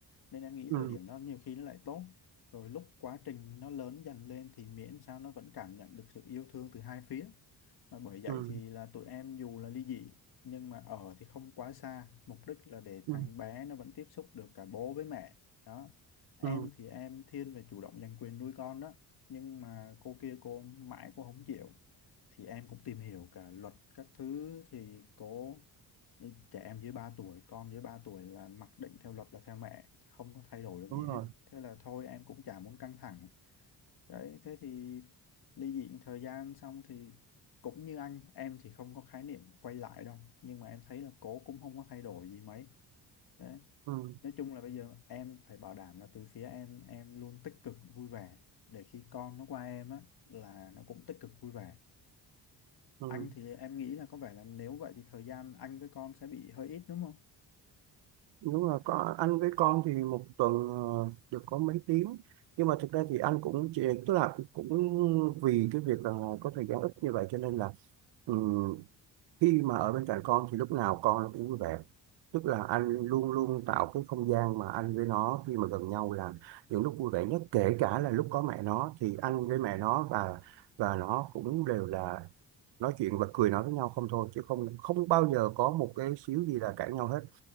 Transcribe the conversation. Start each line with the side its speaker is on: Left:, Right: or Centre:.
Left: nên em nghĩ
Right: ừ
Left: thời điểm đó nhiều khi nó lại tốt, rồi lúc quá trình nó lớn dần lên thì miễn sao nó vẫn cảm nhận được sự yêu thương từ hai phía mà bởi vậy
Right: ừ
Left: thì là tụi em dù là ly dị nhưng mà ở thì không quá xa mục đích là để
Right: ừ
Left: thằng bé nó vẫn tiếp xúc được cả bố với mẹ đó em
Right: ừ
Left: thì em thiên về chủ động giành quyền nuôi con đó nhưng mà cô kia cô mãi cô không chịu thì em cũng tìm hiểu cả luật các thứ thì cô trẻ em dưới ba tuổi con dưới 3 tuổi là mặc định theo luật là theo mẹ không có thay đổi được
Right: đúng
Left: gì hết
Right: rồi
Left: thế là thôi em cũng chả muốn căng thẳng đấy thế thì ly dị thời gian xong thì cũng như anh em thì không có khái niệm quay lại đâu nhưng mà em thấy là cổ cũng không có thay đổi gì mấy đấy
Right: ừ
Left: nói chung là bây giờ em phải bảo đảm là từ phía em em luôn tích cực vui vẻ để khi con nó qua em á là nó cũng tích cực vui vẻ
Right: ừ
Left: anh thì em nghĩ là có vẻ là nếu vậy thì thời gian anh với con sẽ bị hơi ít đúng không
Right: đúng rồi có anh với con thì một tuần ờ, được có mấy tiếng nhưng mà thực ra thì anh cũng chỉ tức là cũng vì cái việc là có thời gian ít như vậy cho nên là ừ, khi mà ở bên cạnh con thì lúc nào con nó cũng vui vẻ tức là anh luôn luôn tạo cái không gian mà anh với nó khi mà gần nhau là những lúc vui vẻ nhất kể cả là lúc có mẹ nó thì anh với mẹ nó và và nó cũng đều là nói chuyện bật cười nói với nhau không thôi chứ không không bao giờ có một cái xíu gì là cãi nhau hết